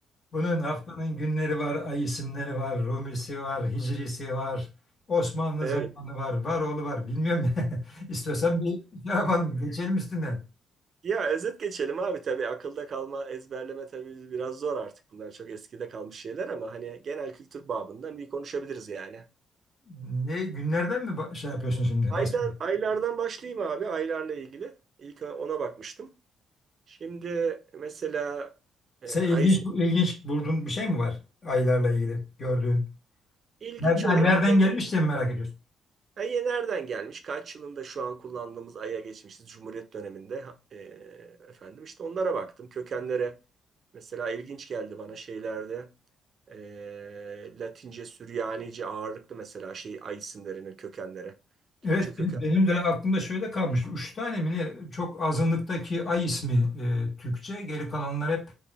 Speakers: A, on the left (about 45°); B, on the right (about 50°).
A: bunun haftanın günleri var, ay isimleri var, Rumisi var, Hicrisi var, Osmanlı
B: Evet.
A: zamanı var, Varoğlu var. Bilmiyorum. <laughs> İstiyorsan bir şey yapalım, geçelim üstünden.
B: Ya özet geçelim abi tabii akılda kalma, ezberleme tabii biraz zor artık bunlar çok eskide kalmış şeyler ama hani genel kültür babından bir konuşabiliriz yani.
A: Ne günlerden mi ba- şey yapıyorsun şimdi?
B: Aylar,
A: Bahsediyorsun.
B: aylardan başlayayım abi aylarla ilgili. İlk ona bakmıştım. Şimdi mesela e,
A: Sen ilginç,
B: ay
A: ilginç bulduğun bir şey mi var aylarla ilgili gördüğün?
B: ilginç
A: Nereden,
B: olarak
A: nereden gelmiş diye mi merak ediyorsun?
B: Ay'e nereden gelmiş? Kaç yılında şu an kullandığımız Ay'a geçmişiz? Cumhuriyet döneminde ha- e, efendim işte onlara baktım. Kökenlere mesela ilginç geldi bana şeylerde. e, Latince, Süryanice ağırlıklı mesela şey Ay isimlerinin kökenlere. Türkçe
A: Evet,
B: köken.
A: bi- benim de aklımda şöyle kalmış. Üç tane mi ne? Çok azınlıktaki Ay ismi e, Türkçe. Geri kalanlar hep